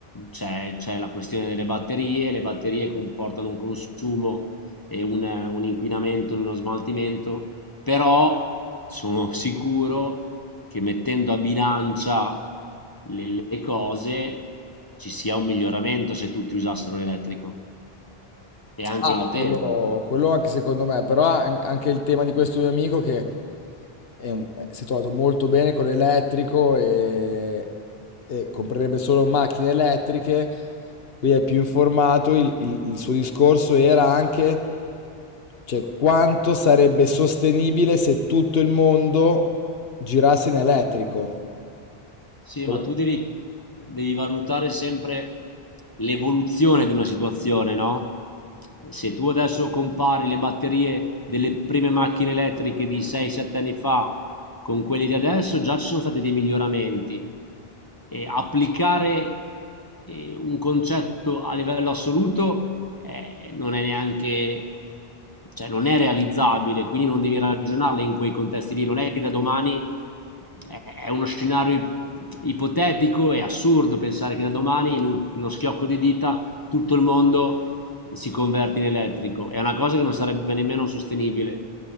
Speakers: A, on the left; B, on the left.
A: c'è, c'è la questione delle batterie, le batterie comportano un consumo e un, un inquinamento, uno smaltimento, però sono <laughs> sicuro che mettendo a bilancia le cose ci sia un miglioramento se tutti usassero l'elettrico. È anche
B: Ah,
A: notevole.
B: quello, quello anche secondo me, però an- anche il tema di questo mio amico che è un- eh, si è trovato molto bene con l'elettrico e, e comprerebbe solo macchine elettriche, quindi è più informato, il, il- il suo discorso era anche, cioè, quanto sarebbe sostenibile se tutto il mondo girasse in elettrico.
A: Sì, ma
B: Per un-
A: tu devi devi valutare sempre l'evoluzione di una situazione, no? Se tu adesso compari le batterie delle prime macchine elettriche di 6-7 anni fa con quelle di adesso, già ci sono stati dei miglioramenti eh, applicare eh, un concetto a livello assoluto eh, non è neanche, cioè non è realizzabile, quindi non devi ragionarle in quei contesti lì, non è che da domani eh, è uno scenario ipotetico e assurdo pensare che da domani in un- uno schiocco di dita tutto il mondo si converte in elettrico, è una cosa che non sarebbe nemmeno sostenibile.